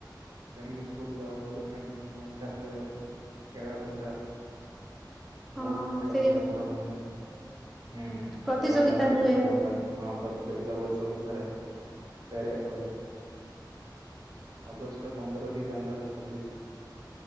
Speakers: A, on the right (about 60°); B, in the centre.
A: କେମିତି ସ୍କୁଲ ଯାଉଥିଲ କେମିତି ନାହିଁ ତାପରେ ଖେଳାକୁଦା।
B: ହଁ
A: ବହୁତ ଖେଳ
B: ସେଠି
A: ହୁଏ ଆମର ମାନେ ହୁଁ।
B: ପ୍ରତିଯୋଗିତା
A: ଖେଳ ଟାଇମରେ
B: ହୁଏ
A: ବହୁତ ଭଲ ଲାଗେ ହଁ ପ୍ରତିଯୋଗିତା ବର୍ଷକୁ ଥରେ। ପେରେଟ ହୁଏ ଅଗଷ୍ଟ। ପନ୍ଦର କି ଜାନୁଆରୀ ଛବିଶ।